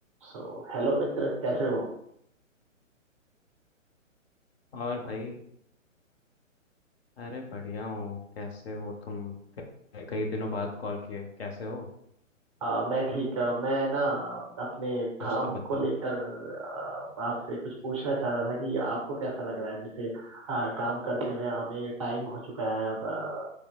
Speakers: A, on the right (about 25°); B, on the left (about 50°).
A: सो hello मित्र कैसे हो
B: और भाई अरे बढ़िया हूँ कैसे हो तुम क- कई दिनों बाद कॉल किए कैसे हो
A: आ, मैं ठीक आ, मैं ना अपने
B: कुछ
A: काम
B: तो बताओ
A: को लेकर आ, आपसे कुछ पूछना चाह रहा था कि आपको कैसा लग रहा है जैसे आ, काम करते हुए हमें टाइम हो चुका है अब आ,